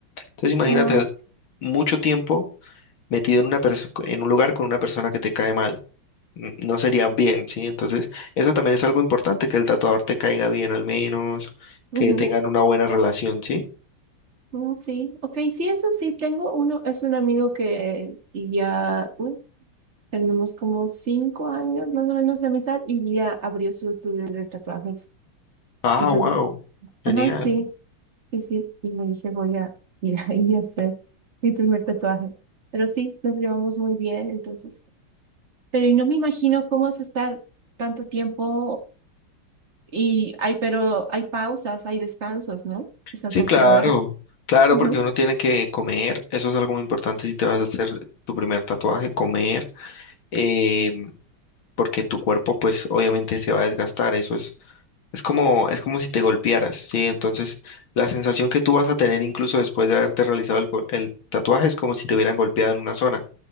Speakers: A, on the left; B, on the right.
A: Entonces, imagínate
B: ah,
A: mucho tiempo metido en una perso- en un lugar con una persona que te cae mal. n- no serían bien, ¿sí? Entonces, eso también es algo importante, que el tatuador te caiga bien al menos, que
B: ujú,
A: tengan una buena relación, ¿sí?
B: mm, sí, ok, sí, eso sí, tengo uno, es un amigo que ya uh, tenemos como cinco años más o menos de amistad y ya abrió su estudio de tatuajes.
A: Ah,
B: Entonces,
A: wow, genial.
B: ajá, sí. Sí, sí, y le dije, voy a ir <laughs> ahí a hacer mi primer tatuaje. Pero sí, nos llevamos muy bien, entonces. Pero y no me imagino cómo es estar tanto tiempo y hay, pero hay pausas, hay descansos, ¿no? Esas
A: Sí,
B: 12
A: claro,
B: horas.
A: claro,
B: Ujú.
A: porque uno tiene que comer, eso es algo muy importante si te vas a hacer tu primer tatuaje, comer, eh, porque tu cuerpo pues obviamente se va a desgastar, eso es, es como, es como si te golpearas, ¿sí? Entonces, la sensación que tú vas a tener incluso después de haberte realizado el, go- el tatuaje es como si te hubieran golpeado en una zona.